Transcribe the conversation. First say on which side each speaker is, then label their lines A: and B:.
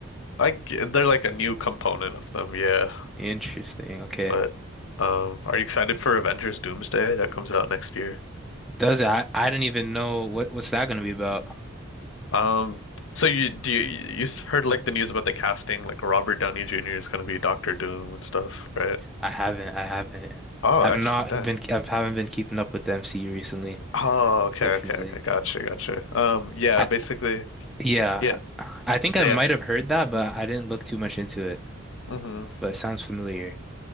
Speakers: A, on the left; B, in the centre.
A: I g- they're like a new component of them. Yeah.
B: Interesting. Okay.
A: But um, are you excited for Avengers Doomsday that comes out next year?
B: Does it? I, I didn't even know what what's that gonna be about.
A: Um, so you do you, you s- heard like the news about the casting, like Robert Downey Jr. is gonna be Doctor Doom and stuff, right?
B: I haven't. I haven't.
A: Oh,
B: I've
A: actually,
B: not
A: that.
B: been. I haven't been keeping up with the MCU recently,
A: Oh, okay,
B: fortunately.
A: okay, okay. Gotcha, gotcha. Um, yeah,
B: I,
A: basically,
B: Yeah,
A: yeah,
B: I think I
A: then,
B: might have heard that, but I didn't look too much into it.
A: hmm
B: But it sounds familiar.